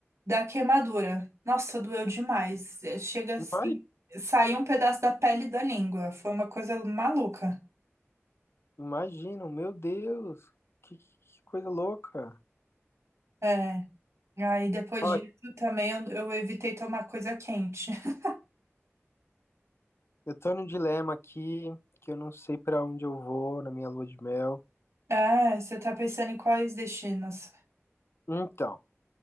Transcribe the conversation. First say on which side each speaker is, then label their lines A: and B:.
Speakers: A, on the right (about 80°); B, on the left (about 60°).
A: da queimadura. Nossa, doeu demais. É, Chega assim,
B: Ima-
A: saiu um pedaço da pele e da língua. Foi uma coisa maluca.
B: Imagina, meu Deus, que, que coisa louca.
A: É, e aí depois
B: Ó,
A: disso também eu, eu evitei tomar coisa quente. <laughs>
B: Eu tô num dilema aqui, que eu não sei pra onde eu vou na minha lua de mel.
A: É, você tá pensando em quais destinos?
B: Então,